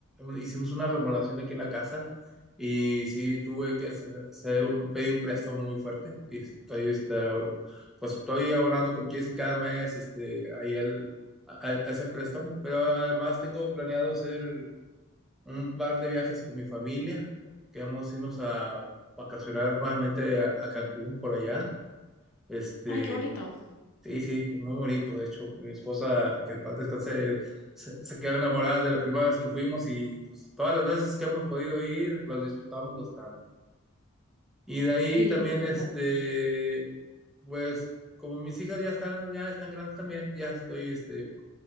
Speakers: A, in the centre; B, on the left (about 70°).
A: hicimos una remodelación aquí en la casa y sí, tuve que hacer, hacer un, pedir un préstamo muy fuerte y estoy, está, pues estoy abonando, como quien dice, cada mes, este, ahí el, a, a ese préstamo, pero además tengo planeado hacer un par de viajes con mi familia. Quedamos irnos a vacacionar nuevamente a, a Cancún por allá. Este,
B: Ay, qué bonito.
A: sí, sí, muy bonito. De hecho, mi esposa, que en paz descanse, se, se quedó enamorada de la primera vez que fuimos y pues todas las veces que hemos podido ir, los disfrutamos bastante. Y de ahí
B: Sí,
A: también,
B: qué lindo.
A: este, pues como mis hijas ya están, ya están grandes también, ya estoy, este,